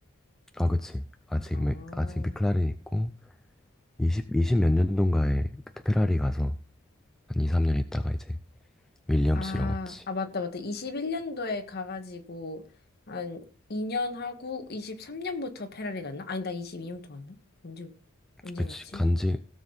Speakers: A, in the centre; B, on the left (about 45°).
A: 아, 그치. 아직,
B: 아,
A: 맥- 아직 맥클라렌 있고 이십 이십 몇 년도인가에 그때 페라리 가서 한 2, 3년 있다가 이제 윌리엄스로
B: 아,
A: 갔지.
B: 아, 맞다, 맞다. 21년도에 가가지고, 한 2년 하고, 23년부터 페라리 갔나? 아니, 나 22년부터 갔나? 언제, 언제
A: 그치.
B: 갔지?
A: 간지,